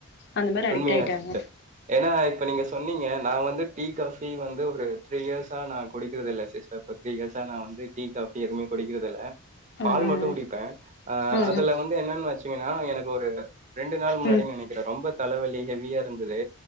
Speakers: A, on the left; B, on the right.
A: அந்த மாரி அடிக்ட்
B: உண்மையா
A: ஆயிட்டாங்க
B: சிஸ்டர் ஏன்னா இப்ப நீங்க சொன்னீங்க நா வந்து டீ காஃபி வந்து ஒரு த்ரீ இயர்ஸா நா குடிக்கிறது இல்ல சிஸ்டர் இப்ப த்ரீ இயர்ஸா நா வந்து டீ காஃபி எதுமே குடிக்கிறதில்ல
A: ம்
B: பால் மட்டு குடிப்ப அ
A: ம்
B: அதுல வந்து என்னன் வெச்சீங்கன்னா எனக்கு ஒரு ரெண்டு நாள் முன்னாடி
A: ம்
B: நெனைக்கிற ரொம்ப தலைவலி ஹெவியா இருந்தது